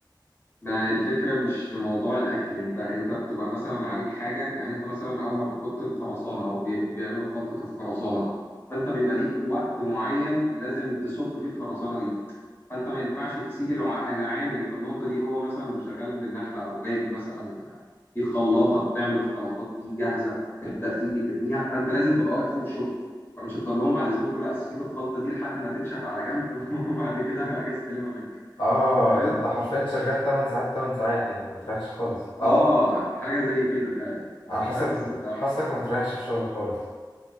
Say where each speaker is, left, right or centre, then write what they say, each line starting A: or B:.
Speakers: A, on the left (about 30°); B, on the left (about 85°).
A: ما الفكرة مش في موضوع الأكل أنت أنت بتبقى مثلا عليك حاجة يعني أنت مثلا أول ما بتحط الخرسانة أو بي- بيعملوا خلطة الخرسانة فأنت بيبقى ليك وقت معين لازم تصب فيه الخرسانة دي فانت ما ينفعش تسيب الع- العامل في النقطه دي هو مثلا شغال بالنحله او جايب مثلا في خلاطه بتعمل الخلاطات دي جاهزه فبتبدا تيجي ترميها فانت لازم تبقى واقف فوق الشغل فمش هتقول لهم بعد اذنكم لا سيب الخلطه دي لحد ما تنشف على جنب <laughs> وبعد كده اجي استلمها منك
B: اه
A: انت فاهم
B: ده انت حرفيا شغال 8 ساعات 8 ساعات يعني ما بتريحش خالص اه
A: اه حاجه زي كده فعلا
B: انا حاسك
A: بس
B: حاسك ما بتريحش في شغلك خالص